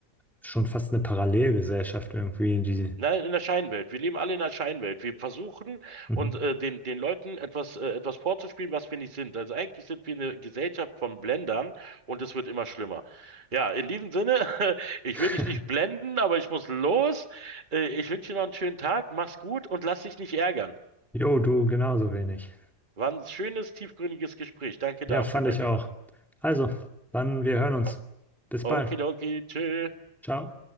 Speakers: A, in the centre; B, on the right.
A: schon fast eine Parallelgesellschaft irgendwie, die.
B: Nein, in der Scheinwelt. Wir leben alle in der Scheinwelt. Wir versuchen
A: Mhm.
B: und äh, den, den Leuten etwas, äh, etwas vorzuspielen, was wir nicht sind. Also eigentlich sind wir eine Gesellschaft von Blendern und es wird immer schlimmer. Ja, in diesem Sinne, <laughs> ich
A: <laughs>
B: will dich nicht blenden, aber ich muss los. Äh, ich wünsche dir noch einen schönen Tag. Mach's gut und lass dich nicht ärgern.
A: Jo, du genauso wenig.
B: War ein schönes, tiefgründiges Gespräch. Danke
A: Ja,
B: dafür,
A: fand
B: mein
A: ich
B: Lieber.
A: auch. Also, dann wir hören uns.
B: O-
A: Bis
B: Okidoki,
A: bald.
B: tschüss.
A: Ciao.